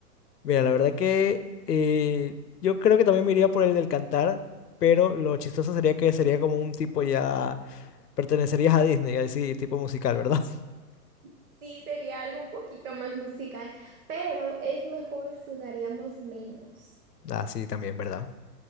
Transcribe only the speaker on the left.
Mira, la verdad que eh, yo creo que también me iría por el del cantar, pero lo chistoso sería que sería como un tipo ya Pertenecerías a Disney, así tipo musical, ¿verdad? <laughs>
Ah, sí, también, ¿verdad?